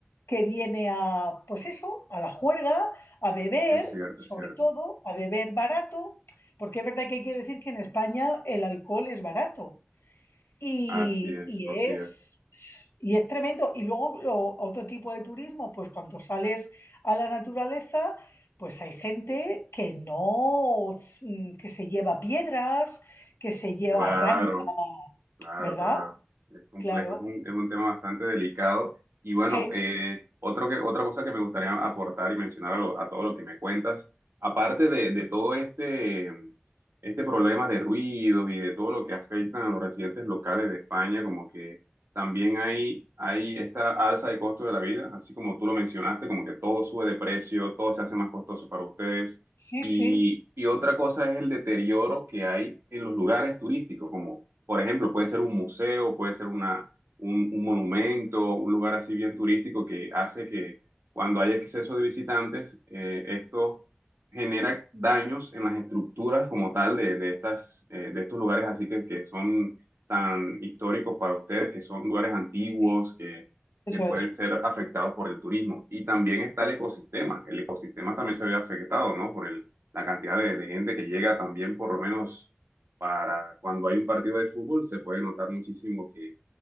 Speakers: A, on the left; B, on the right.
A: que viene a, pues eso, a la juerga, a beber,
B: es cierto,
A: sobre
B: es cierto,
A: todo, a beber barato, porque es verdad que hay que decir que en España el alcohol es barato. Y,
B: así es,
A: y
B: Rocío,
A: es, y es tremendo. Y luego lo- otro tipo de turismo, pues cuando sales a la naturaleza, pues hay gente que no, mm, que se lleva piedras, que se lleva
B: claro.
A: arranques,
B: Claro,
A: ¿verdad?
B: claro, es complejo,
A: Claro.
B: es un, es un tema bastante delicado. Y bueno,
A: Eh,
B: eh, otro que, otra cosa que me gustaría aportar y mencionar a, lo- a todo lo que me cuentas, aparte de, de todo este, mm, este problema de ruidos y de todo lo que afectan a los residentes locales de España, como que también hay, hay esta alza de costo de la vida, así como tú lo mencionaste, como que todo sube de precio, todo se hace más costoso para ustedes.
A: sí,
B: Y,
A: sí,
B: y otra cosa es el deterioro que hay en los lugares turísticos, por ejemplo, puede ser un museo, puede ser una, un, un monumento, un lugar así bien turístico que hace que cuando hay exceso de visitantes, eh, esto genera daños en las estructuras como tal de, de estas, eh, de estos lugares así que, que son tan históricos para ustedes, que son lugares antiguos,
A: sí,
B: que,
A: eso
B: que pueden
A: es.
B: ser afectados por el turismo. Y también está el ecosistema. El ecosistema también se ve afectado, ¿no? Por el, la cantidad de, de gente que llega también por lo menos para cuando hay un partido de fútbol se puede notar muchísimo que,